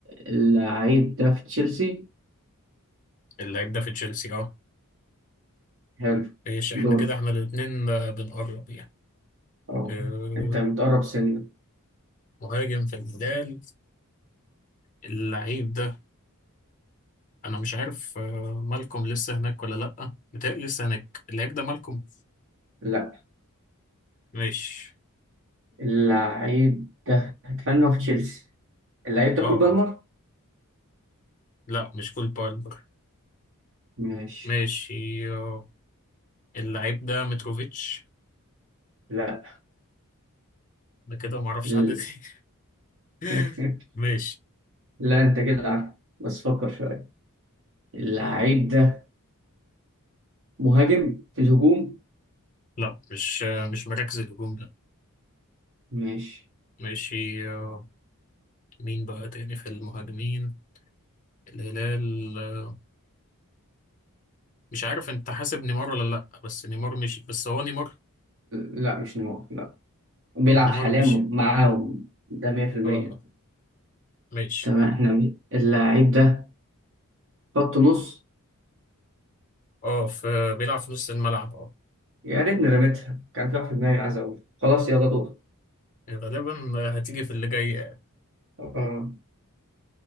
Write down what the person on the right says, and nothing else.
اللعيب ده في تشيلسي
حلو
دورك
اه
انت متقرب سنة
لا
اللعيب ده اتمنى هو في تشيلسي اللعيب ده
كول بالمر
ماشي
لا
ال...
<laughs>
لا انت كده عارف بس فكر شوية اللعيب ده مهاجم في الهجوم
ماشي
لا مش نمو لا بيلعب
حاليا
معاهم ده 100%
تمام احنا م- اللاعب ده خط نص
يا ريتني رميتها كان في واحد في دماغي عايز اقول خلاص يلا دور
اه